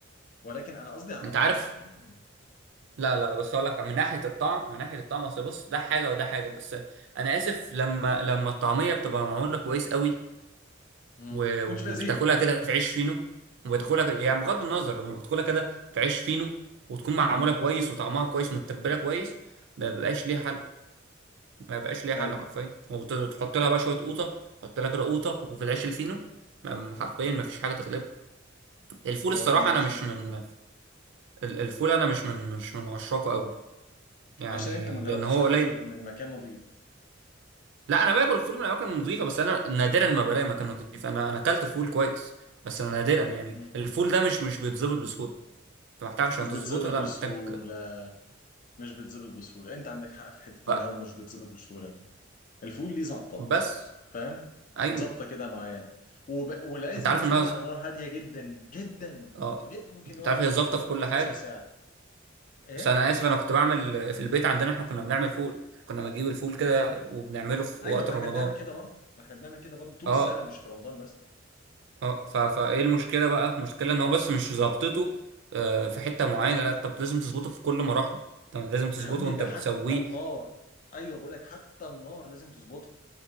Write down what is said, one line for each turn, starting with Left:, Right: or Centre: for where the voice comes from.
Left: ولكن انا قصدي على
Right: انت
Left: الطعم
Right: عارف
Left: يعني
Right: لا لا لا بس اقول لك من ناحيه الطعم من ناحيه الطعم اصل بص ده حاجه وده حاجه بس انا اسف لما لما الطعميه بتبقى معموله كويس قوي
Left: مم. ما
Right: و-
Left: تكونش
Right: وبتاكلها
Left: فيها زيت
Right: كده في عيش فينو وبتاكلها يعني بغض النظر بتاكلها كده في عيش فينو وتكون معموله
Left: مم.
Right: كويس وطعمها كويس متبله كويس ما بيبقاش ليها حل ما بيبقاش ليها
Left: ايوه
Right: حل حرفيا وتحط لها بقى شويه قوطه تحط لها كده قوطه وفي العيش الفينو ما- حرفيا ما فيش حاجه تغلبها الفول الصراحه
Left: هو في مفيش
Right: انا مش
Left: حاجه
Right: من
Left: غيرها.
Right: ال- الفول انا مش من مش من عشاقه قوي يعني
Left: عشان انت ما جربتش
Right: لان هو
Left: تاكل
Right: قليل
Left: فول من مكان نظيف
Right: لا انا باكل الفول من اماكن نظيفه بس انا نادرا ما بلاقي مكان نظيف انا انا اكلت فول كويس بس انا نادرا يعني
Left: مم.
Right: الفول ده مش مش بيتظبط بسهوله انت محتاج عشان
Left: مش
Right: تظبطه
Left: بيتظبط
Right: لا
Left: بسهوله
Right: محتاج
Left: مش بيتظبط بسهوله انت عندك حق في حته
Right: بقى
Left: ان هو مش بيتظبط بسهوله يعني الفول ليه ظبطه
Right: بس
Left: فاهم
Right: ايوه
Left: ظابطه كده معينه وب... ولازم
Right: انت عارف
Left: يستوي
Right: ان أنا-
Left: على نار هاديه جدا جدا
Right: اه
Left: جد ممكن
Right: انت
Left: يقعد
Right: عارف هي
Left: بال
Right: ظابطه في كل
Left: 11
Right: حاجه
Left: ساعه ايه
Right: بس انا اسف انا كنت بعمل في البيت عندنا احنا كنا بنعمل فول كنا بنجيب الفول كده وبنعمله في
Left: ايوه
Right: وقت
Left: ما
Right: رمضان
Left: احنا بنعمل كده برضه ما احنا بنعمل كده برضه طول
Right: اه
Left: السنه مش في رمضان بس
Right: اه ف... فايه المشكله بقى المشكله ان هو بس مش ظابطته آه، في حته معينه لا انت لازم تظبطه في كل مراحله انت لازم
Left: ده
Right: تظبطه
Left: يا ابني
Right: وانت
Left: ده
Right: بتسويه
Left: حتى النار ايوه بقول لك حتى النار لازم تظبطها